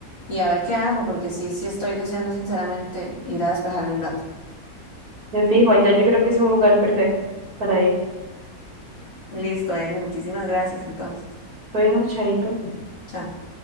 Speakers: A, on the left; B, on the right.
A: y a ver qué hago, porque sí, sí estoy deseando sinceramente ir a despejarme un rato.
B: Me fijo, allá yo creo que es un lugar perfecto para ir.
A: Listo, Emi, muchísimas gracias entonces.
B: Bueno, chaito.
A: Chao.